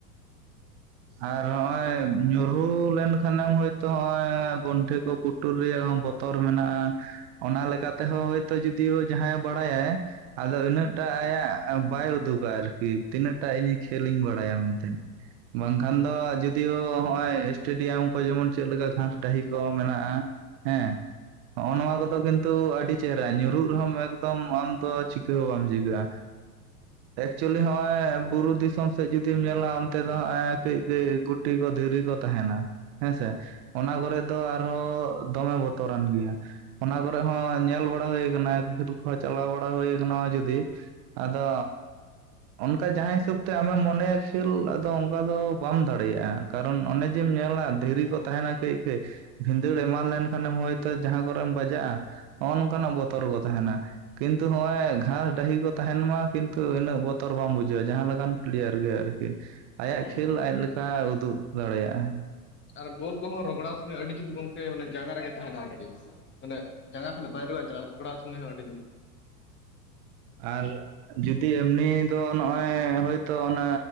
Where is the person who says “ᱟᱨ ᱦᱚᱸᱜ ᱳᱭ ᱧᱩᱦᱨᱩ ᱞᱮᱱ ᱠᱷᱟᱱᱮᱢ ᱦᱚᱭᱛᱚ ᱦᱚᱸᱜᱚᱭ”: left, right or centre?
Right